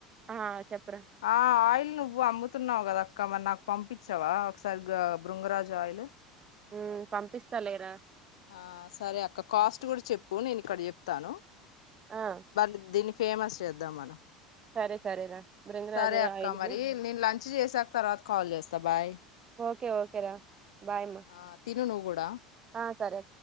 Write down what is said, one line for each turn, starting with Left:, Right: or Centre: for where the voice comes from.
Right: ఆ చెప్పరా
Left: ఆ ఆయిల్ నువ్వు అమ్ముతున్నావు కదా అక్క మ నాకు పంపించావా ఒకసారి బృంగరాజు ఆయిల్
Right: ఉ పంపిస్తా లేరా
Left: ఆ సరే అక్క కాస్ట్ కూడా చెప్పు నేను ఇక్కడ చెప్తాను
Right: ఆ
Left: వాళ్లది ఫేమస్ చేద్దాం మనం
Right: సరే సరేరా భృంగరాజ
Left: సరే అక్క
Right: ఆయిల్
Left: మరి
Right: అని
Left: నేను లంచ్ చేసాక తర్వాత కాల్ చేస్తా బాయ్
Right: ఒకే ఒకే రా బాయ్ బాయ్ మా
Left: ఆ తిను నువ్వు కూడా
Right: ఆ సరే